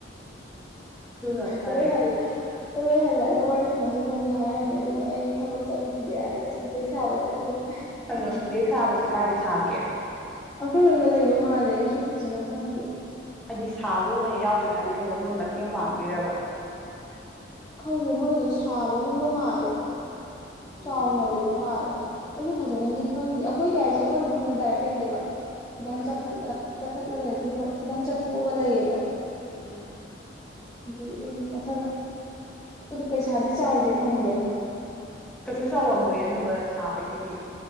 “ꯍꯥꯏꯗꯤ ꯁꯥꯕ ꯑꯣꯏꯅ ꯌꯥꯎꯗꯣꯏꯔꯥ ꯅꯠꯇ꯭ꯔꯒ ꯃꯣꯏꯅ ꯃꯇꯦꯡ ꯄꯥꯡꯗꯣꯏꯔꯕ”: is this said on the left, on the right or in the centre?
Centre